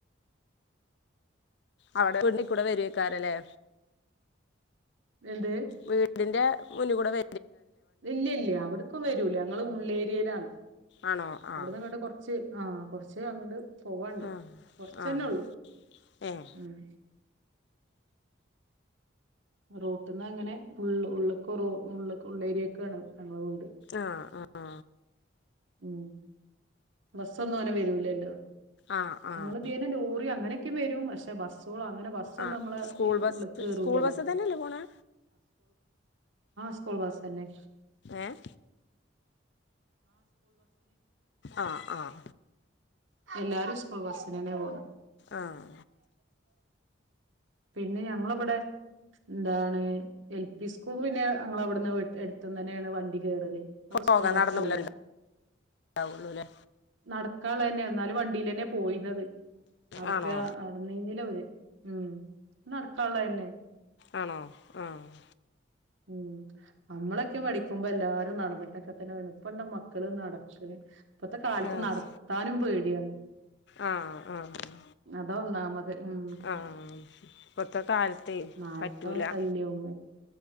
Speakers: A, on the left; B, on the right.
A: അവിടെ ഫ്രണ്ടി കൂടെ വരൊയ്ക്കാരല്ലേ.
B: എന്ത്
A: വീടിന്റെ മുന്നി കൂടെ വ
B: ഇല്ല ഇല്ല അവിടുക്കും വരൂല. ഞങ്ങള് ഉള്ളേരി യിലാണ്
A: ആണോ ആഹ്
B: അവിടെന്ന്ങ്ങട്ട് കൊർച്ച് ആ. കൊർച്ച് അങ്ങണ്ട് പോവാണ്ട്
A: ആഹ്
B: കൊര്ച്ചന്നെ
A: ആഹ്
B: ഉള്ളു
A: ഏഹ്
B: ഉം. റോട്ട്ന്ന് അങ്ങനെ ഉള്ള് ഉള്ള്ക്കൊറോ ഉള്ളേര്യേക്കാണ് ഞങ്ങളെ വീട്
A: അ ആ ആ
B: ഉം ബസ്റ്റൊന്നും അങ്ങനെ വെരൂലല്ലൊ
A: ആഹ് ആഹ്
B: ഞങ്ങളെ <unintelligible> ലോറി അങ്ങനെ യ്ക്ക് മെരും പക്ഷെ ബസ് സ്കുളും അങ്ങനെ ബസ്സിനും
A: ആഹ്
B: നമ്മളെ
A: സ്കൂൾ ബസ്
B: ഉള്ളിക്ക കയറുലല്ലോ
A: സ്കൂൾ ബസ് തന്നെയല്ലേ പോണെ?
B: സ്കൂൾ ബസ്സിന്
A: ഏഹ് അഹ് അഹ്
B: എല്ലാരു സ്കൂൾ ബസ്സിനെന്നെ പോണെ
A: ആഹ്
B: പിന്നെ ഞങ്ങളെ ബടെ എന്താണ് എൽ പി സ്കൂൾ പിന്നെ ഞങ്ങളെ വ്ട്ന്ന് എര്ത്ത് തന്നെണ് വണ്ടിം സ്കൂൾ
A: പോകാൻ
B: ബസ്
A: നടന്ന്
B: അല്ല
A: ണ്ടാവുള്ളൂല്ലേ
B: നടക്കാ ള്ള ണ്ടീലെന്നെ പോയിന്നത് അടക്ക
A: ആണോ
B: അട നീന്നില്ല ഒരു ഉം നടക്കാള്ളെ ലെ
A: ആണോ ആഹ്
B: ഉം നമ്മളെ പഠിക്കുമ്പോ എല്ലാരും നടന്നിട്ടക്കെ തന്നെ ഇപ്പ എ മക്കള് നടക്കിന് ഇപ്പത്തെ കാലത്ത്
A: ആഹ്
B: നടക്കാനൊക്കെ
A: ആഹ് ആഹ്
B: അതൊന്നാമത് മ്
A: ആഹ് ഇപ്പത്തെ കാലത്തെ
B: നായ്ക്കളുടെ
A: പറ്റൂല
B: ശല്യം